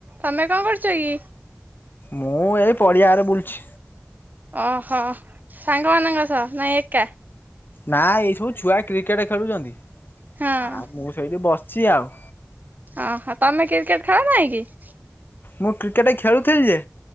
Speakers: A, on the right; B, on the left.
A: ତମେ କଣ କରୁଛ କି?
B: ମୁଁ ଏଇ ପଡିଆରେ ବୁଲୁଛି।
A: ଓହୋ ସାଙ୍ଗମାନଙ୍କ ସହ ନାଇଁ ଏକା।
B: ନା ଏଇ ସବୁ ଛୁଆ କ୍ରିକେଟ ଖେଳୁଛନ୍ତି।
A: ହଁ
B: ଆଉ ମୁଁ ସେଇଠି ବସିଛି ଆଉ।
A: ଆହ ତମେ କ୍ରିକେଟ ଖେଳ ନାହିଁ କି?
B: ମୁଁ କ୍ରିକେଟ ଖେଳୁଥିଲି ଯେ